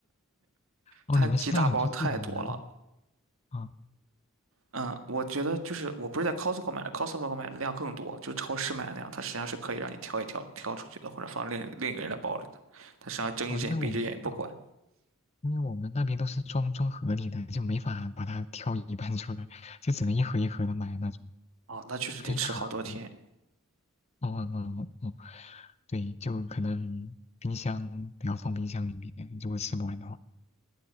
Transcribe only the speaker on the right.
它几大包太多了，
嗯，我觉得就是我不是在 Costco 买的，Costco 买的量更多，就是超市买的量，它实际上是可以让你挑一挑挑出去的，或者放另另一个人的包里的，它实际上睁一只眼闭一只眼也不管。
哦，那确实得吃好多天，